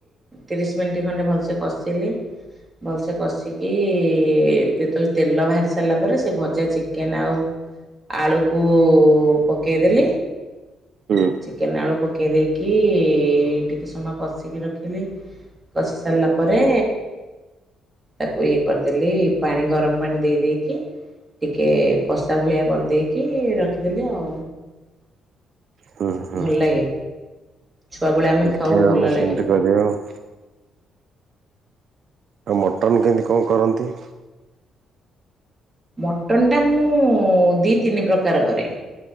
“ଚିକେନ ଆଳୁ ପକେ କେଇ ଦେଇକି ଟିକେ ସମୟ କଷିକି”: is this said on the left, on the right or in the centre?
Right